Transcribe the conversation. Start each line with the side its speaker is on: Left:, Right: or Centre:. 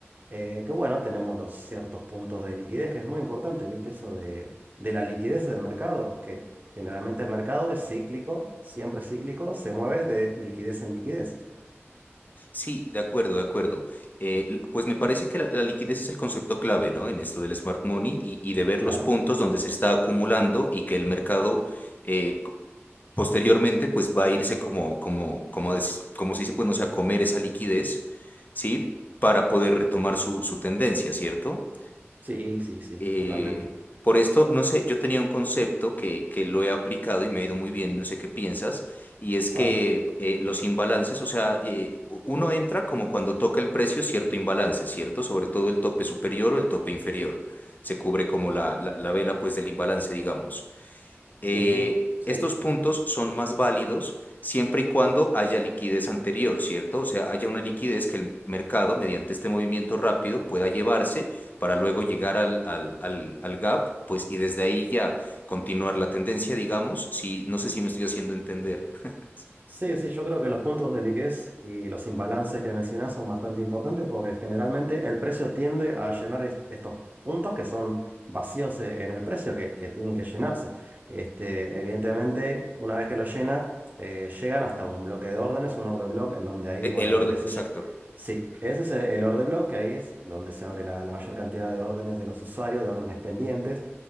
Right: eh, que bueno, tenemos los ciertos puntos de liquidez, que es muy importante, ¿viste? Eso de, de la liquidez del mercado, que generalmente el mercado es cíclico, siempre cíclico, se mueve de liquidez en liquidez.
Left: Sí, de acuerdo, de acuerdo. Eh, l- pues me parece que la, la liquidez es el concepto clave, ¿no? En esto del smart money y, y de ver
Right: Claro.
Left: los puntos donde se está acumulando y que el mercado eh, co- posteriormente pues va a irse como, como, como, a des- como se dice, pues no sé, a comer esa liquidez, ¿sí? Para poder
Right: Mm.
Left: retomar su, su tendencia, ¿cierto?
Right: Sí, sí, sí,
Left: Eh,
Right: totalmente.
Left: por esto, no sé, yo tenía un concepto que, que lo he aplicado y me ha ido muy bien, no sé qué piensas, y es
Right: ¿Cuál?
Left: que eh, los imbalances, o sea, eh, u- uno entra como cuando toca el precio cierto imbalance, ¿cierto? Sobre todo el tope superior o el tope inferior. Se cubre como la, la, la vela pues del imbalance, digamos. Eh,
Right: Ujú, Sí.
Left: estos puntos son más válidos siempre y cuando haya liquidez anterior, ¿cierto? O sea, haya una liquidez que el mercado, mediante este movimiento rápido, pueda llevarse para luego llegar al, al, al, al gap, pues, y desde ahí ya continuar la tendencia, digamos, si, no sé si me estoy haciendo entender. <laughs>
Right: Sí, sí, yo creo que los puntos de liquidez y los imbalances que mencionas son bastante importantes porque generalmente el precio tiende a llenar est- estos puntos que son vacíos eh, en el precio, que, que tienen que llenarse. Este, evidentemente, una vez que lo llena, eh, llegan hasta un bloque de órdenes, un order block, en donde ahí,
Left: E-
Right: bueno,
Left: El
Right: el
Left: orden,
Right: precio...
Left: exacto,
Right: ll- Sí, ese es el, el order block, que ahí es donde se abre la, la mayor cantidad de órdenes de los usuarios, de órdenes pendientes.